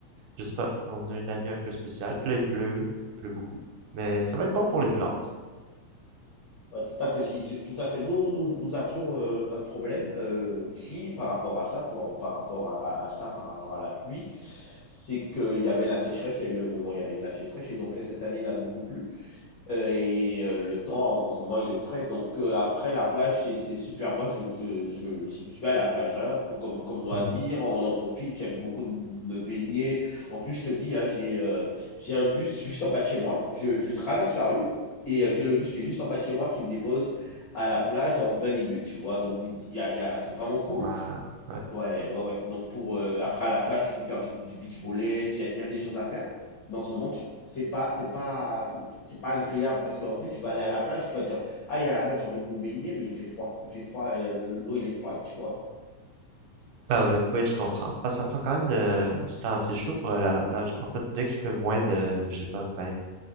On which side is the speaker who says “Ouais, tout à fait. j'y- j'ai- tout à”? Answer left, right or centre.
Left